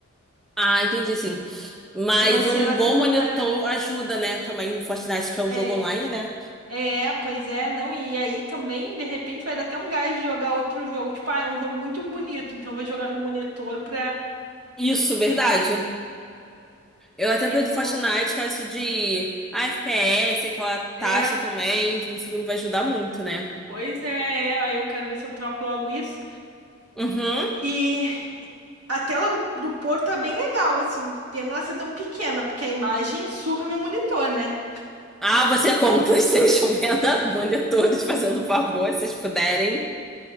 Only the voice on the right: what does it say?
Mas
sei lá
se não
vale a,
é,
É, pois é, não, e aí também, de repente, vai dar até um gás de jogar outro jogo. Tipo, ah, é um jogo muito bonito, então eu vou jogar no monitor pra.
É,
vou.
É,
pois é, é, aí eu quero ver se eu troco logo isso.
E a tela do, do Porto é bem legal, assim. Pena ela ser tão pequena, porque a imagem surra meu monitor, né?